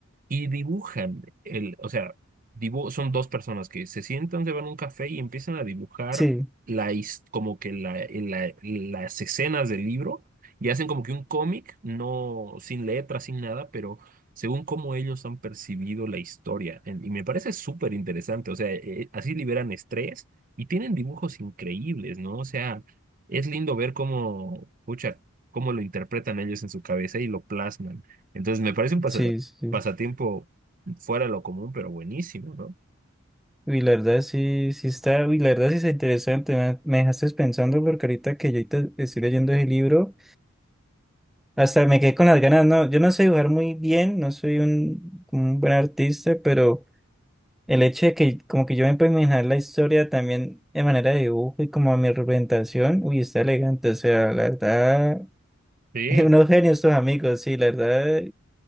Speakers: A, on the right (about 40°); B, in the centre.
A: y dibujan el, o sea, dibu- son dos personas que se sientan, se van a un café y empiezan a dibujar
B: Sí,
A: la, his- como que la, la- las escenas del libro y hacen como que un cómic, no sin letras, sin nada, pero según cómo ellos han percibido la historia. En- Y me parece súper interesante, o sea, eh, así liberan estrés y tienen dibujos increíbles, ¿no? O sea, es lindo ver cómo, pucha, cómo lo interpretan ellos en su cabeza y lo plasman. Entonces, me parece un, pas-
B: sí, sí.
A: Pasatiempo fuera de lo común, pero buenísimo, ¿no?
B: Y la verdad sí, sí está, y la verdad sí está interesante, me, me dejaste pensando porque ahorita que yo ahorita estoy leyendo ese libro. Hasta me quedé con las ganas, no, yo no sé dibujar muy bien, no soy un, un buen artista, pero el hecho de que como que yo me puedo imaginar la historia también de manera de dibujo y como a mi representación, uy, está elegante, o sea, la verdad,
A: Sí.
B: <laughs> unos genios estos amigos, sí, la verdad,